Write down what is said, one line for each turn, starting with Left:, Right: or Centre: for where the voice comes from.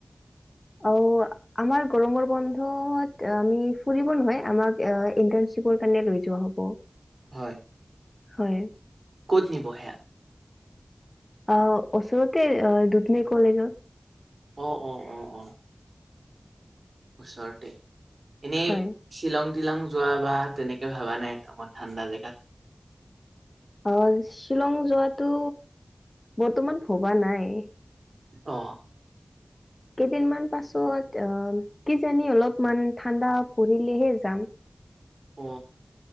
Left: অ আমাৰ গৰমৰ বন্ধত আমি ফুৰিব নহয় আমাক ইনৰ্টানশ্বিপ- কাৰণে লৈ যোৱা হ'ব।
Right: হয়
Left: হয়
Right: ক'ত নিব সেয়া।
Left: অ ওচৰতে দুপলি কলেজত।
Right: অ অ অ অ ওচৰতে এনেই
Left: হয়
Right: চিলং- তিলং যোৱা বা তেনেকে ভবা নাই অকমান ঠাণ্ডা জেগাত।
Left: অ শ্বিলং যোৱাটো বৰ্তমান ভবা নাই।
Right: অ।
Left: কেইদিনমান পাছত আহ কিজানি অলপমান ঠাণ্ডা পৰিলেহে যাম।
Right: অ